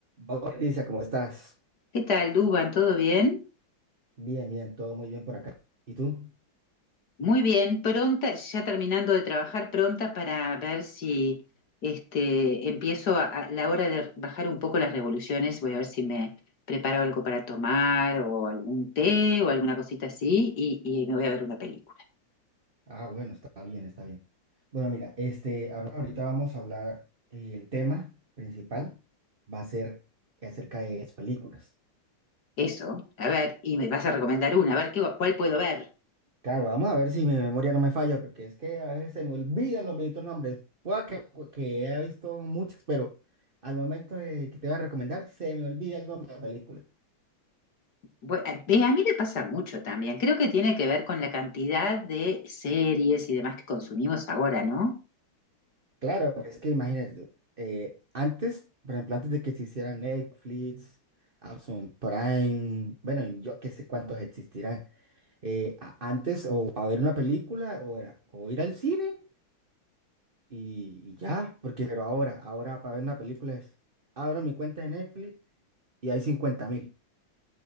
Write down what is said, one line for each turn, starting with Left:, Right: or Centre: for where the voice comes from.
Right: Hola, Lisa, ¿cómo estás?
Left: ¿Qué tal, Duban? ¿Todo bien?
Right: Bien, bien, todo muy bien por acá. ¿Y tú?
Left: Muy bien, pronta, ya terminando de trabajar, pronta para ver si este, empiezo a, a la hora de bajar un poco las revoluciones. Voy a ver si me preparo algo para tomar o algún té o alguna cosita así y, y me voy a ver una película.
Right: Ah, bueno, está bien, está bien. Bueno, mira, este, ahor- ahorita vamos a hablar, eh, el tema principal va a ser acerca de las películas.
Left: Eso, a ver, y me vas a recomendar una, a ver qué, cuál puedo ver.
Right: Claro, vamos a ver si mi memoria no me falla, porque es que a veces se me olvidan los benditos nombres. Pueda que, que haya visto muchas, pero al momento de que te voy a recomendar, se me olvida el nombre de la película.
Left: Bu- a ve, a mí me pasa mucho también. Creo que tiene que ver con la cantidad de series y demás que consumimos ahora, ¿no?
Right: Claro, es que imagínate, tú, eh, antes, por ejemplo, antes de que se hiciera Netflix, Amazon Prime, bueno, y yo qué sé cuántos existirán, eh, a- antes o a ver una película o, era, o ir al cine y, y ya, porque, pero ahora, ahora para ver una película es, abro mi cuenta de Netflix y hay cincuenta mil.